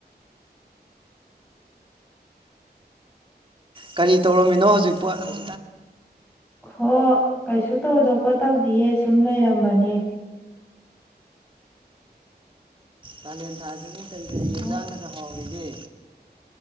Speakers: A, on the right; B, in the centre.
A: ꯀꯔꯤ ꯇꯧꯔꯝꯃꯤꯅꯣ ꯍꯧꯖꯤꯛꯄꯣ ꯍꯧ
B: ꯍꯣ ꯀꯩꯁꯨ ꯇꯧꯗꯣꯛꯄ ꯇꯧꯗꯤꯌꯦ ꯁꯨꯝ ꯂꯩꯔꯝꯕꯅꯦ
A: ꯀꯥꯂꯦꯟꯊꯥꯁꯤꯕꯨ ꯀꯔꯤ ꯀꯔꯤ ꯑꯦꯟꯖꯥꯡꯅꯒ
B: ꯑꯣ
A: ꯍꯥꯎꯔꯤꯒꯦ